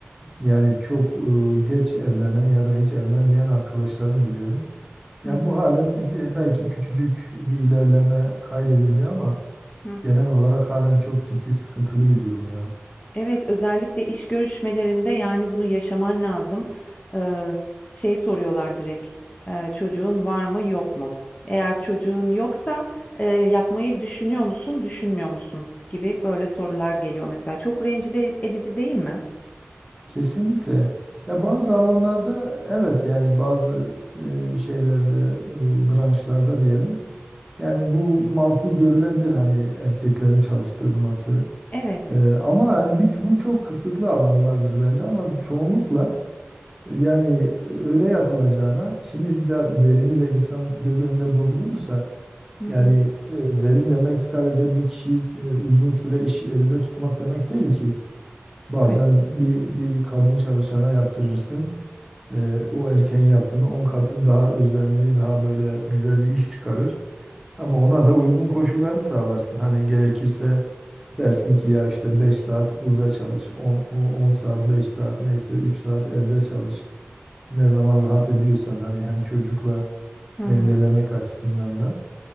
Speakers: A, in the centre; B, on the left (about 30°).
A: Yani çok e, geç evlenen ya da hiç evlenmeyen arkadaşlarım biliyorum. Ya
B: Hı hı.
A: bu halen bir- belki küçücük bir ilerleme kaydedildi ama
B: Hı hı.
A: genel olarak halen çok ciddi sıkıntılı bir durum ya.
B: Evet, özellikle iş görüşmelerinde yani bunu yaşaman lazım. Eee, şey soruyorlar direkt, eee, çocuğun var mı yok mu? Eğer çocuğun yoksa eee, yapmayı düşünüyor musun, düşünmüyor musun gibi böyle sorular geliyor mesela. Çok rencide edici değil mi?
A: Kesinlikle. Ya bazı alanlarda evet yani bazı e, şeylerde e, branşlarda diyelim. Yani bu makul görülebilir hani erkeklerin çalıştırılması.
B: Evet.
A: E, ama hani bir, bu çok kısıtlı alanlardır bence ama çoğunlukla yani öyle yapılacağına şimdi bir de verimi de insan göz önünde bulundurursa
B: Hı
A: Yani
B: hı.
A: e, verim demek sadece bir kişiyi e, uzun süre iş yerinde tutmak demek değil ki. Bazen
B: Evet.
A: bir, bir kadın çalışana yaptırırsın. E, o erken yaptığını 10 katını daha özenli, daha böyle güzel bir iş çıkarır. Ama ona da uygun koşulları sağlarsın. Hani gerekirse dersin ki ya işte 5 saat burada çalış, 10 10 saat, 5 saat neyse 3 saat evde çalış. Ne zaman rahat ediyorsan hani hem çocukla
B: Hı hı.
A: dengelemek açısından da.